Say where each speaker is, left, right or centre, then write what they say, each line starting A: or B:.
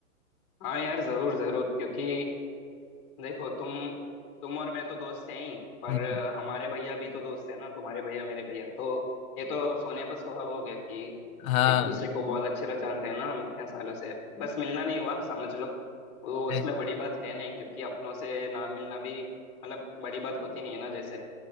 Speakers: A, on the left (about 20°); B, on the left (about 70°).
A: हाँ यार जरूर जरूर क्योंकि देखो तुम तुम और मैं तो दोस्त हैं ही पर
B: हम्म,
A: अ, हमारे भैया भी तो दोस्त है ना तुम्हारे भैया मेरे भैया तो ये तो सोने पर सुहाग हो गया कि
B: हाँ
A: एक दूसरे को बहुत अच्छे तरह जानते हैं ना हम इतने सालों से बस मिलना नहीं हुआ समझ लो वो उसमें
B: सही
A: बड़ी बात है नहीं क्योंकि अपनों से ना मिलना भी मतलब बड़ी बात होती नहीं है ना जैसे